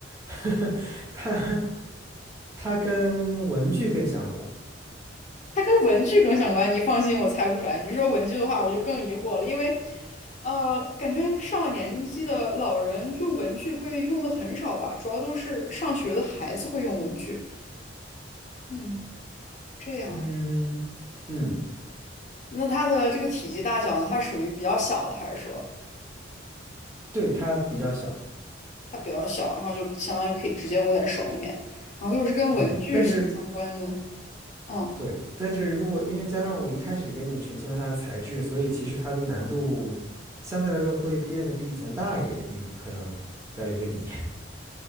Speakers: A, on the right; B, on the left.
A: <laughs> 它它跟文具更相关。
B: 它跟文具更相关，你放心，我猜不出来。你说文具的话，我就更疑惑了，因为，呃，感觉上了年纪的老人用文具会用的很少吧，主要都是上学的孩子会用文具。嗯，这样啊，
A: 嗯嗯，
B: 那它的这个体积大小呢，它属于比较小的，还是说？
A: 对，它比较小。
B: 它比较小，然后就相当于可以直接握在手里面，然后又是跟文具是相关的，
A: 嗯，但是
B: 嗯
A: 对，但是如果因为加上我一开始跟你澄清了它的材质，所以其实它的难度相对来说会变得比以前大一点。你可能要有个底，